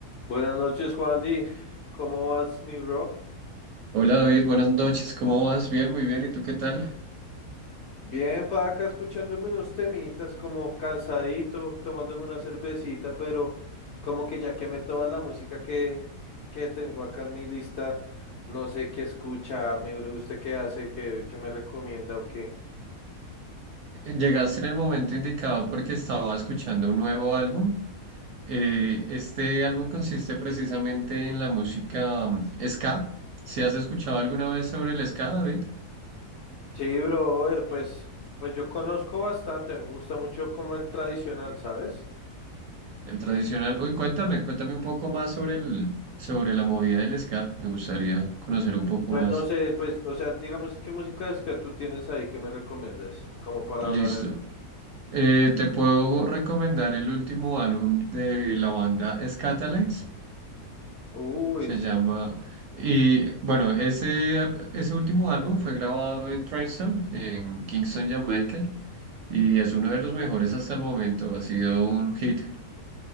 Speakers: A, on the left; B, on the right.
A: Buenas noches, Juan Di. ¿Cómo vas, mi bro?
B: Hola David, buenas noches, ¿cómo vas? Bien, muy bien, ¿y tú qué tal?
A: Bien, pa' acá escuchándome unos temitas, como cansadito, tomándome una cervecita, pero como que ya quemé toda la música que, que tengo acá en mi lista, no sé qué escuchar, mi bro. ¿Usted qué hace? ¿Qué, qué me recomienda o qué?
B: Eh, Llegaste en el momento indicado porque estaba escuchando un nuevo álbum. Eh, este álbum consiste precisamente en la música mm, ska. ¿Si has escuchado alguna vez sobre el ska, David?
A: Sí, brother, pues, pues yo conozco bastante, me gusta mucho como el tradicional, ¿sabes?
B: El tradicional.
A: El,
B: Uy, cuéntame, cuéntame un poco más sobre el, sobre la movida del ska. Me gustaría conocer un poco
A: pues
B: más.
A: no sé, pues, o sea, digamos qué música es que tú tienes ahí que me recomiendas, como para
B: Listo.
A: hablar así.
B: Eh, te puedo recomendar el último álbum de la banda Scatalites.
A: Uy,
B: Se llama... Y bueno, ese, ap- ese último álbum fue grabado en Trenchtown, en Kingston, Jamaica, y es uno de los mejores hasta el momento. Ha sido un hit.